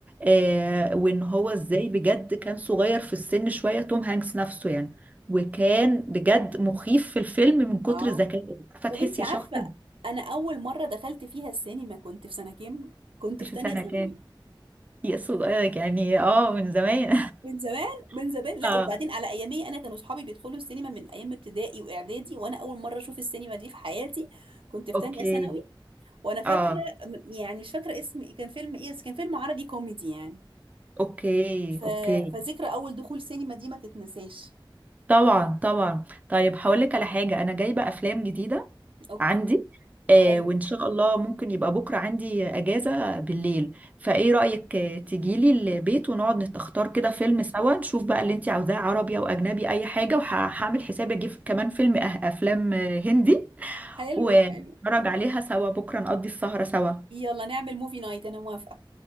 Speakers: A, on the right; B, on the right.
A: آه وان هو ازاي بجد كان صغير في السن شوية توم هانكس نفسه يعني وكان بجد مخيف في الفيلم من كتر
B: آه.
A: ذكائه عارفة
B: طب
A: تحسي
B: انت عارفة
A: شخص
B: انا اول مرة دخلت فيها السينما كنت في سنة كام كنت
A: في
B: في تانية
A: سنة
B: ثانوي
A: كام يا صغير يعني اه من زمان
B: من زمان من
A: <laughs>
B: زمان لا
A: اه
B: وبعدين على ايامي انا كانوا اصحابي بيدخلوا السينما من ايام ابتدائي واعدادي وانا اول مرة اشوف السينما دي في حياتي كنت في
A: اوكي
B: تانية ثانوي وانا فاكرة
A: اه
B: م- يعني مش فاكرة اسم إيه، كان فيلم ايه بس كان فيلم عربي كوميدي يعني
A: اوكي
B: ف...
A: اوكي
B: فذكرى اول دخول سينما دي ما تتنساش
A: طبعا طبعا طيب هقول لك على حاجة انا جايبة افلام جديدة
B: اوكي
A: عندي آه
B: حلو
A: وإن شاء الله ممكن يبقى بكرة عندي أجازة بالليل فإيه رأيك آه، تجيلي البيت ونقعد نختار كده فيلم سوا نشوف بقى اللي أنت عاوزاه عربي أو أجنبي أي حاجة وهعمل حسابي أجيب كمان فيلم أه أفلام آه، هندي
B: حلو
A: ونتفرج
B: حلو
A: عليها سوا بكرة نقضي السهرة سوا
B: يلا نعمل موفي نايت انا موافقة